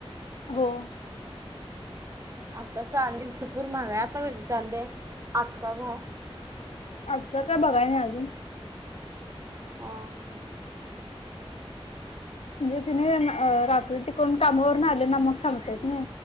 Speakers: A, on the left; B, on the right.
A: हो.
B: आता चांदी भरपूर महाग आहे. आता कशी चांदिये, आजचा भाव?
A: आजचा काय बघाया नाहि अजून.
B: आ हा.
A: म्हणजे तिने रात्री तिकून कामावरनं आले ना, मग सांगतात ना.